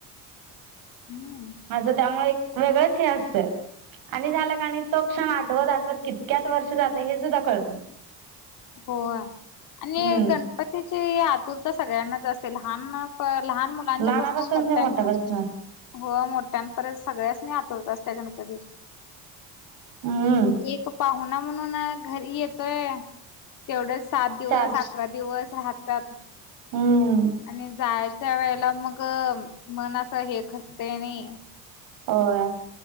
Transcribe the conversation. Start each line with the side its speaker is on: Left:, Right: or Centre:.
Left: हूं
Right: असं त्यामुळे एक वेगळंच हे असतं. आणि झालं का नाय तो क्षण आठवत आठवत कितक्यात वर्ष जातं हे सुद्धा कळत नाय.
Left: होय आणि
Right: हम्म
Left: गण पण त्याची आतुरता सगळ्यांनाच असते लहान लहान मु मुलांच्या
Right: लहानापासून
Left: पासन मोठ्यांचा
Right: ते मोठ्यापासन
Left: हो मोठ्यां परत सगळ्याच नाही आतरत असत गणपतीची.
Right: हम्म
Left: एक पाहुना म्हणून घरी येतोय. तेवढेच सात दिवस
Right: चार
Left: अकरा दिवस राहतात.
Right: हम्म.
Left: आणि जायच्या वेळेला मग मन असं हे खसतंय नाही.
Right: होय